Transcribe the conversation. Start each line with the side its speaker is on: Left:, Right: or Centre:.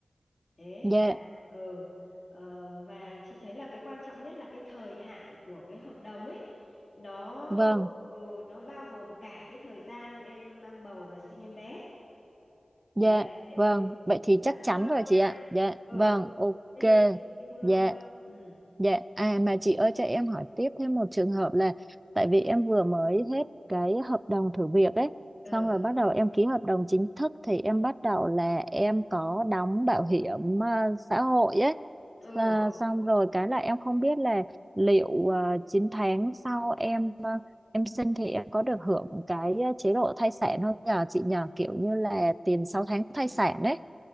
Left: thế
Right: dạ
Left: và ừ, ờ, và chị thấy là cái quan trọng nhất là cái thời hạn của cái hợp đồng ấy nó
Right: vâng
Left: ừ, nó bao gồm cả cái thời gian em mang bầu và sinh em bé
Right: dạ
Left: đấy thế ừ
Right: vâng vậy
Left: thế
Right: thì
Left: nên
Right: chắc
Left: là không
Right: chắn
Left: lo
Right: rồi
Left: nha
Right: chị ạ dạ
Left: ừ
Right: vâng ok
Left: thế thì thế thì không lo
Right: dạ
Left: đâu ừ
Right: Dạ, à mà chị ơi cho em hỏi tiếp thêm một trường hợp là tại vì em vừa mới hết cái hợp đồng thử việc ấy,
Left: ừ
Right: xong rồi bắt đầu em ký hợp đồng chính thức thì em bắt đầu là em có đóng bảo hiểm à, xã hội ấy.
Left: ừ
Right: Và xong rồi cái là em không biết là liệu à, 9 tháng sau em à, em sinh thì em có được hưởng cái à, chế độ thai sản không nhờ chị nhờ kiểu như là tiền 6 tháng thai sản ấy.